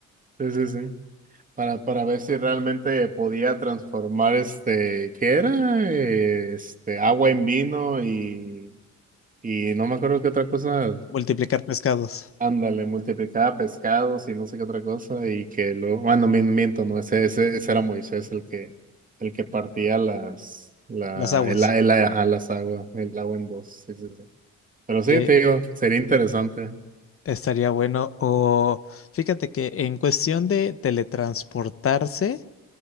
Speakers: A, on the right; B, on the left.
A: Sí, sí, sí. Para, para ver si realmente podía transformar este, ¿qué era? Eh, Este, agua en vino y, y no me acuerdo qué otra cosa
B: Multiplicar pescados,
A: Ándale, multiplicaba pescados y no sé qué otra cosa, y que luego, bueno, mi- miento, no, ese, ese, ese era Moisés el que, el que partía las, la,
B: las aguas.
A: el, el- ajá, las aguas, el agua en dos, sí, sí, sí. Pero sí,
B: Eh,
A: te digo, sería interesante.
B: estaría bueno. O fíjate que en cuestión de teletransportarse.